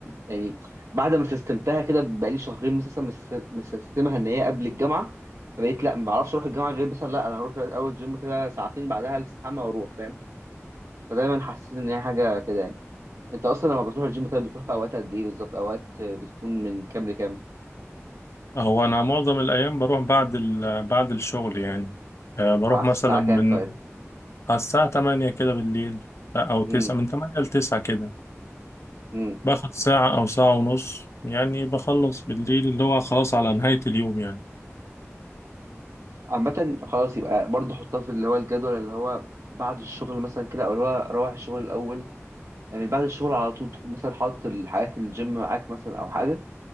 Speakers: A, on the right; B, on the left.
A: يعني بعد ما سيستمتها كده بقالي شهرين مثلا مس- مسيستمها ان هي قبل الجامعه فبقيت لا ما اعرفش اروح الجامعه غير مثلا لا انا هروح اول جيم كده ساعتين بعدها الاستحمى واروح فاهم فدايما حسيت ان هي حاجه كده يعني انت اصلا لما بتروح الجيم طيب بتروح في اوقات قد ايه بالظبط اوقات بتكون من كام لكام
B: هو أنا معظم الأيام بروح بعد ال... بعد الشغل يعني آه، بروح
A: على
B: مثلا
A: الساعه
B: من
A: كام طيب
B: على الساعة تمانية كده بالليل أو تسعة
A: امم
B: من تمانية لتسعة كده
A: إمم.
B: باخد ساعة أو ساعة ونص يعني بخلص بالليل اللي هو خلاص على نهاية اليوم يعني
A: عامة خلاص يبقى برضه حطها في اللي هو الجدول اللي هو بعد الشغل مثلا كده او اللي هو روح الشغل الاول يعني بعد الشغل على طول تكون مثلا حاطط الحاجات الجيم معاك مثلا او حاجة